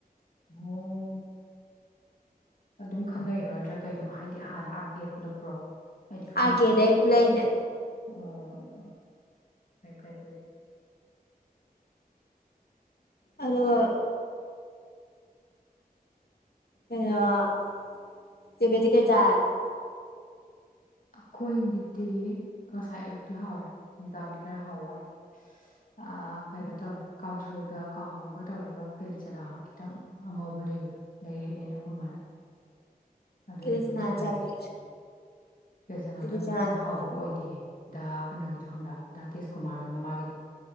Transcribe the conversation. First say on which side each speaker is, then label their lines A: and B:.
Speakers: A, on the left; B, on the left.
A: ꯑꯣ ꯑꯗꯨꯝ ꯈꯪꯅꯩꯔꯣ ꯅꯠꯇ꯭ꯔꯥ ꯀꯩꯅꯣ ꯍꯥꯏꯗꯤ ꯍꯥꯟꯅ ꯑꯥꯔ ꯀꯦ ꯄꯨꯜꯂꯛꯄ꯭ꯔꯣ ꯑꯩꯗꯤ ꯈꯪꯗ꯭ꯔꯦ
B: ꯑ ꯀꯦꯗꯦ ꯄꯨꯂꯥꯏꯅꯦ
A: ꯑꯣ ꯑꯣ ꯐꯩ ꯐꯩ ꯑꯗꯨꯏꯗꯤ
B: ꯑꯗꯨꯒ ꯑ ꯇꯃꯤꯗꯤ ꯀꯩ ꯆꯥꯒ <unintelligible>
A: ꯑꯩꯈꯣꯏꯒꯤꯗꯤ ꯉꯁꯥꯏ ꯑꯌꯨꯛꯇꯤ ꯍꯥꯎꯋꯦ ꯅꯨꯡꯗꯥꯡꯗꯤ ꯈꯔ ꯍꯥꯎ ꯋꯥꯂꯦ ꯑ ꯀꯩꯅꯣ ꯇꯧꯋꯦ ꯀꯥꯡꯁꯣꯏꯒ ꯀꯥꯡꯍꯧꯒ ꯇꯧꯔꯤꯗꯕ ꯀꯦꯂꯤ ꯆꯅꯥ ꯈꯤꯇꯪ ꯑꯉꯧꯕ ꯂꯩꯕꯗꯣ ꯂꯩꯔ ꯑꯅ ꯑꯩꯈꯣꯏ ꯃꯥꯅ ꯑꯗꯨꯗꯨꯒ
B: ꯀꯤꯂꯤꯆꯅꯥ
A: ꯆꯥꯏꯌꯦ
B: ꯆꯥꯔꯦ
A: ꯐꯦꯖꯅꯥꯣꯗ
B: ꯀꯤꯂꯤꯆꯅꯥ
A: ꯑꯃꯨꯛꯀꯥꯟꯟꯅ
B: ꯆꯥꯔꯦ
A: ꯍꯥꯎꯕ ꯑꯣꯏꯗꯦ ꯗꯗꯥ ꯀꯩꯅꯣꯒꯤꯗꯣ ꯍꯪꯕ꯭ꯔꯥ ꯗꯥ ꯇꯦꯁꯀꯨꯃꯥꯔ ꯍꯣꯏ ꯃꯃꯥꯒꯤꯗꯣ